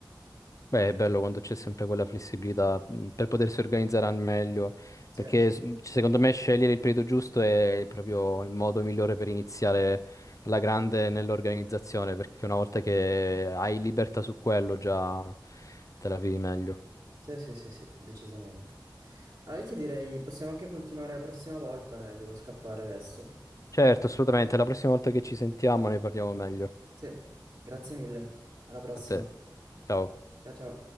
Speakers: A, on the left (about 45°); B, on the right (about 35°).
A: Beh, è bello quando c'è sempre quella flessibilità mh, per potersi organizzare al meglio,
B: Sì,
A: perché s- mh, secondo me scegliere il periodo giusto è proprio il modo migliore per iniziare alla grande nell'organizzazione, perché una volta che hai libertà su quello già te la vivi meglio.
B: sì, sì, sì, sì, decisamente. Allora, io ti direi, possiamo anche continuare la prossima volta, eh, devo scappare adesso.
A: Certo, assolutamente. La prossima volta che ci sentiamo ne parliamo meglio.
B: Sì, grazie mille. Alla prossima.
A: A te. Ciao.
B: Ciao ciao.